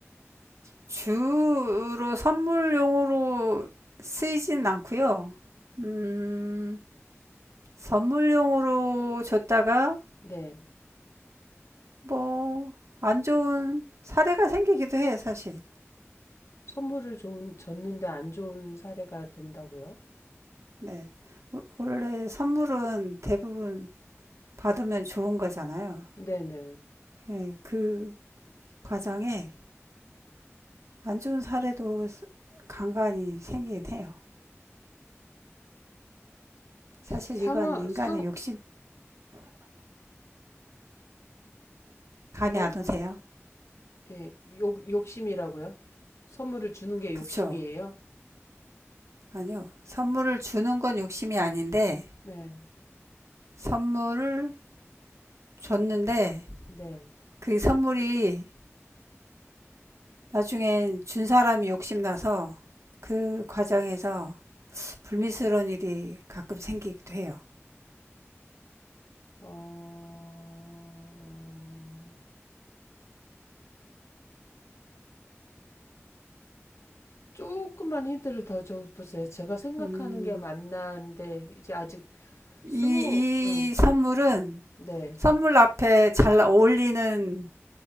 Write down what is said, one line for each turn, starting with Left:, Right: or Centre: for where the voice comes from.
Right: 주로 선물용으로 쓰이진 않고요. 음, 선물용으로 줬다가
Left: 네.
Right: 뭐 안 좋은 사례가 생기기도 해요, 사실.
Left: 선물을 좋은, 줬는데 안 좋은 사례가 된다고요?
Right: 네. 원- 래 선물은 대부분 받으면 좋은 거잖아요.
Left: 네네.
Right: 예, 그 과정에 안 좋은 사례도 간간히 생기긴 해요. 사실
Left: 상황,
Right: 이건 인간의
Left: 상,
Right: 욕심 감이
Left: 어,
Right: 안 오세요?
Left: 예, 욕, 욕심이라고요? 선물을 주는 게
Right: 그쵸?
Left: 욕심이에요?
Right: 아니요. 선물을 주는 건 욕심이 아닌데
Left: 네,
Right: 선물을 줬는데
Left: 네.
Right: 그 선물이 나중엔 준 사람이 욕심나서 그 과정에서 불미스러운 일이 가끔 생기기도 해요.
Left: 어, 조금만 힌트를 더 줘보세요. 제가 생각하는
Right: 음,
Left: 게 맞나는데, 이제 아직
Right: 이,
Left: 스무, 응,
Right: 이 선물은
Left: 네.
Right: 선물 앞에 잘 어울리는